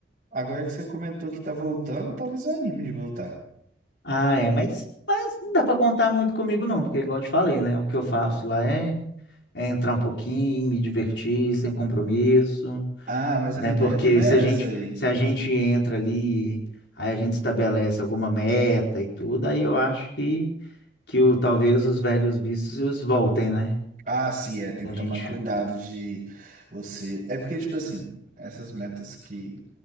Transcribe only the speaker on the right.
Agora que você comentou que tá voltando, talvez eu anime de voltar.
Ah, mas
a minha
ideia também
é
essa aí.
Ah, sim, é. Tem
que tomar
cuidado de você. É porque, tipo assim, essas metas que